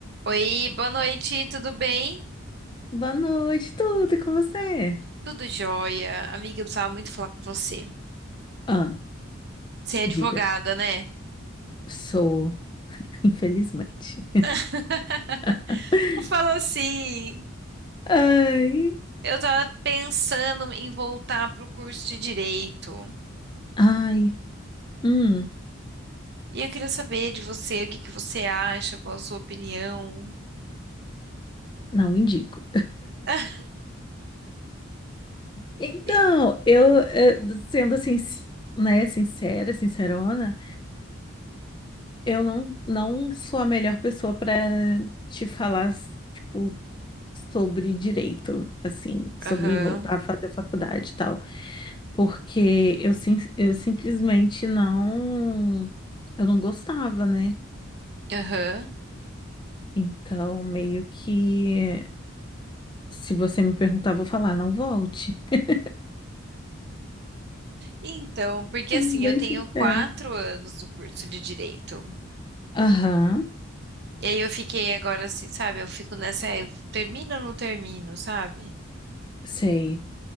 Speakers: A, on the right; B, on the left.
A: Oi, boa noite, tudo bem?
B: Boa noite, tudo e com você?
A: Tudo jóia. Amiga, eu precisava muito falar com você.
B: Ah,
A: Você é advogada,
B: diga.
A: né?
B: Sou, infelizmente.
A: <laughs>
B: <laughs>
A: Falou assim.
B: Ai.
A: Eu tava pensando em voltar pro curso de direito.
B: Ai. Hum,
A: E eu queria saber de você, o que que você acha, qual a sua opinião.
B: não indico.
A: <laughs>
B: Então,
A: E-
B: eu, eh, sendo assim, si- né, sincera, sincerona, eu não, não sou a melhor pessoa para te falar, tipo, sobre direito, assim, sobre
A: Aham,
B: voltar a fazer faculdade e tal. porque eu, sim, eu simplesmente não, eu não gostava, né?
A: aham.
B: Então, meio que, se você me perguntar, eu vou falar, não volte. <laughs>
A: Então, porque
B: Sendo
A: assim,
B: Bem
A: eu tenho
B: sincera.
A: quatro anos do curso de direito.
B: Aham,
A: E aí eu fiquei agora assim, sabe? Eu fico nessa, "É, eu termino ou não termino, sabe?
B: sei.